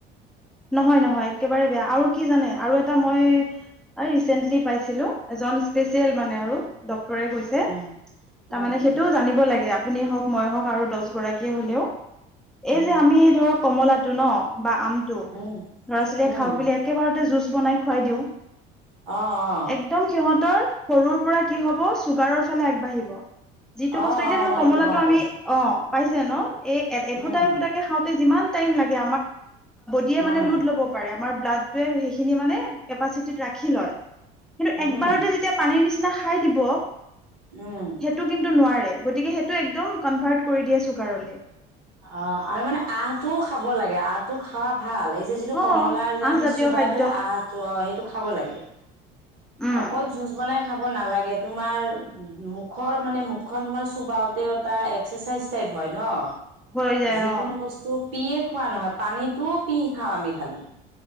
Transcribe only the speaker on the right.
উম
উম
উম
উম
উম
উম
আঁহ আহঁ।
অ
অ
মই
এইটো গম পাইছো
উম
উম
উম
উম
অঁ আৰু মানে আহঁ টোও খাব লাগে আহটো খাব ভাল এই যে যিটো
কমলাৰ যে
আমি চোবাই
খালে আহটো সেইটো খাব লাগে।
অকল জুচ বনাই খাব নালাগে তোমাৰ মুখৰ মানে মুখখন তোমাৰ চোবাওতেও এটা এক্সাৰচাইজ টাইপ। হয় ন।
যিকোনো
বস্তু পিয়িয়ে খোৱা নহয় পানীটোও পি খাওঁ আমি খালি।